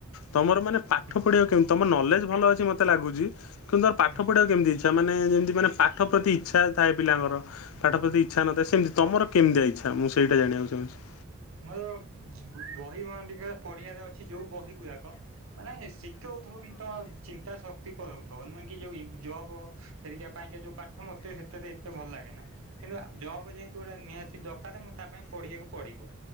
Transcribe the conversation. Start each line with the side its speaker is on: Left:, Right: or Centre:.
Left: ତମର ମାନେ ପାଠ
Right: ହୁଁ
Left: ପଢିବା କେମିତି ତମର ନଲେଜ୍ ଭଲ ଅଛି ମତେ ଲାଗୁଛି କିନ୍ତୁ ତମର ପାଠ
Right: ହୁଁ
Left: ପଢିବାକୁ କେମିତି ଅଛି। ସେମାନ ଯେମିତି ମାନେ ପାଠ ପ୍ରତି ଇଚ୍ଛା ଥାଏ ପିଲାଙ୍କର
Right: ହୁଁ
Left: ପାଠ
Right: ହୁଁ।
Left: ପ୍ରତି ଇଚ୍ଛା ନଥାଏ ସେମିତି ତମର କେମିତିଆ ଇଚ୍ଛାଁ ମୁଁ ସେଇଟା ଜାଣିବାକୁ ଚାହୁଁଚି।
Right: ମୋର ବହି ମାନେ ଟିକେ ପଢ଼ିବାର ଅଛି ଯୋଉ ବହି ଗୁଡାକ ମାନେ ଶିଖଉ ଥବ ବୋଲି ତ ଚିତା ତା ଶକ୍ତି କରଉଥିବ ନୁହେଁ କି ଯୋଉ ଜବ ହେରିକା ଯଉଁ ପାଠ ମତେ ସେତେ ତ ଏତେ ଭଲ ଲାଗେ ନା। କିନ୍ତୁ ଆ ଜବ ଯେହେତୁ ଗୋଟେ ନିହାତି ଦରକାର। ମୁଁ ତା ପାଇଁ ପଢିବାକୁ ପଡିବ।